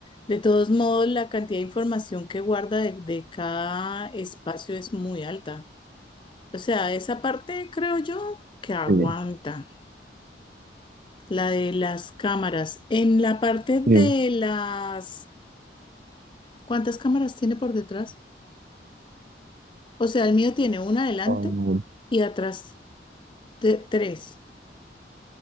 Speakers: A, on the left; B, on the right.
A: de todos modos la cantidad de información que guarda de, de cada espacio es muy alta. O sea, esa parte creo yo que aguanta.
B: Sí,
A: La de las cámaras. En la parte de
B: sí.
A: las... ¿Cuántas cámaras tiene por detrás? O sea, el mío tiene una adelante
B: Ah,
A: y atrás te- tres.